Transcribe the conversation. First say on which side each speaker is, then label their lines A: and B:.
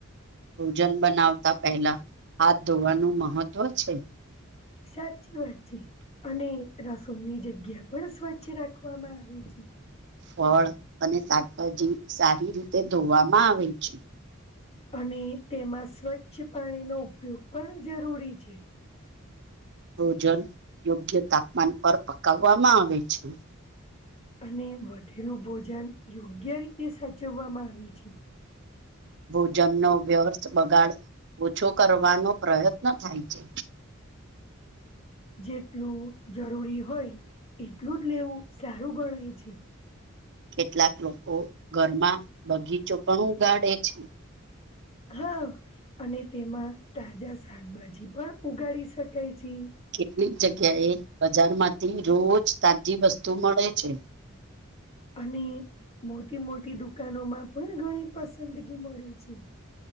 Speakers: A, on the right; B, on the left.
A: ભોજન બનાવતા પહેલા હાથ ધોવાનું મહત્વ છે.
B: સાચી વાત છે અને રસોઈની જગ્યા પણ સ્વચ્છ રાખવામાં આવી છે. <inaudible>
A: ફળ અને શાકભાજી સારી રીતે ધોવામાં આવે છે.
B: અને તેમાં સ્વચ્છ પાણીનો ઉપયોગ પણ જરૂરી છે.
A: ભોજન યોગ્ય તાપમાન પર પકાવવામાં આવે છે.
B: અને વધેલું ભોજન યોગ્ય રીતે સાચવવામાં આવે છે.
A: ભોજન નો વ્યર્થ બગાડ ઓછો કરવાનો પ્રયત્ન થાય છે.
B: જેટલું જરૂરી હોય એટલું જ લેવું સારું ગણાય છે.
A: કેટલાક લોકો ઘરમાં બગીચો પણ ઉગાડે છે.
B: હા અને તેમાં તાજા શાકભાજી પણ ઉગાડી શકાય થી
A: કેટલીક જગ્યાએ બજારમાંથી રોજ તાજી વસ્તુ મળે છે.
B: અને મોટી મોટી દુકાનો માં પણ ઘણી પસંદગી મળે છે.